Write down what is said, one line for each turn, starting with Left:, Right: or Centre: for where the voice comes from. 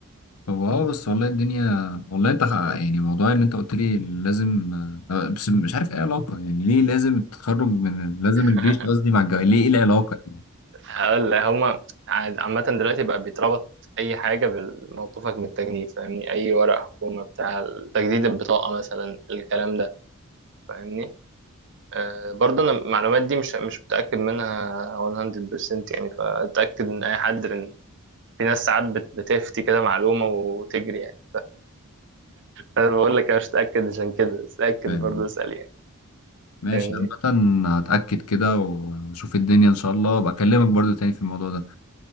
Left: طب اه بس والله الدنيا والله انت خ- يعني موضوع ان انت قلت لي لازم آه، بس مش عارف ايه علاقة يعني ليه لازم التخرج من ال- لازم الجيش
Right: <laughs>
Left: قصدي مع الجواز ليه ايه العلاقة يعني
Right: هقول لك هما عاد- عامة دلوقتي بقى بيتربط أي حاجة بموقفك من التجنيد فاهمني أي ورق حكومة بتاع تجديد البطاقة مثلا الكلام ده فاهمني أه برضه أنا المعلومات دي مش مش متأكد منها 100% يعني فأتأكد من أي حد لأن في ناس ساعات بت- بتفتي كده معلومة وتجري يعني أنا بقول لك أنا مش متأكد عشان كده بس اتأكد
Left: فاهم
Right: برضه اسأل يعني
Left: ماشي
Right: فاهمني
Left: عامة هتأكد كده واشوف الدنيا ان شاء الله بكلمك برضو تاني في الموضوع ده